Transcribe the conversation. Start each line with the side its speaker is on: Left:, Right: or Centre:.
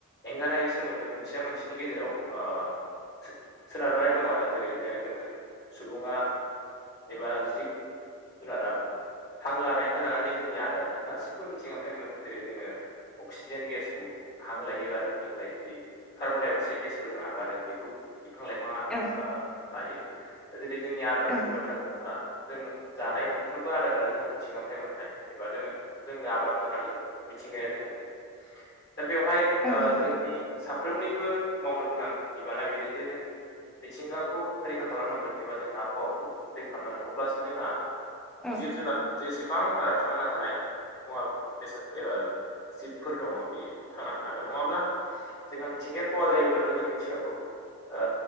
Left: एंगारहायै सोमोन्दो मोनसेया मोनसेनि गेजेराव ओ सो सोनारनानै दं आरो जेरै जो-जोङो सुबुङा एबा जिब-जुनारा हां लानायनिफ्राय लानानै जोंनि आदारजों गासिबो मिथिंफ्राय मोनो जेरै जोङो अक्सिजेन गेसखौ हां लायो आरो जोंनिफ्राय जि कार्बन-डाइ-अक्साइड गेसखौ जों आगारो बेखौ बिफां-लाइफाङा
Centre: औ
Left: ओ लायो। जेरै जोंनि आदारनि
Centre: औ
Left: बाथ्रा बुङोब्ला जोङो जानाय मोनफ्रोमबो आदारानो जोंहा मिथिंगानिफ्राय मोननाय एबा जोङो जोंनो आबाद मावनानैबो मिथिंगाया जोंनो होयो दा बेवहाय
Centre: औ नंगौ
Left: जोंनि साफ्रोमनिबो मावनो गोनां बिबाना बेनो जे जों मिथिंगाखौ रैखा खालामनांगोन एबा जों आबहावाखौ रैखा खालामनांगोन अब्लासो जोंहा
Centre: औ
Left: जिब- जुनार जेसेबां ओ थांना थानाय मुवा- बेसाद ओ जिबफोर दङ' बियो थांना थानो हागोन नङाब्ला जोंहा मिथिंगाया खहा जायोब्लाथ' जों मिथिखागौ ओ